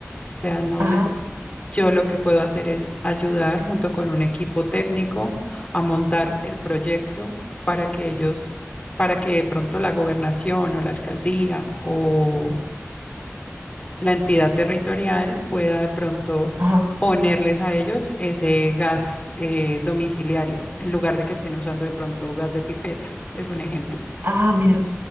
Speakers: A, on the left (about 25°); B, on the right (about 55°).
A: sea, no
B: Ajá,
A: les, yo lo que puedo hacer es ayudar junto con un equipo técnico a montar el proyecto para que ellos, para que de pronto la gobernación o la alcaldía o la entidad territorial pueda de pronto
B: ajá.
A: ponerles a ellos ese gas eh, domiciliario en lugar de que estén usando de pronto gas de pipeta. Es un ejemplo.
B: Ah, mira.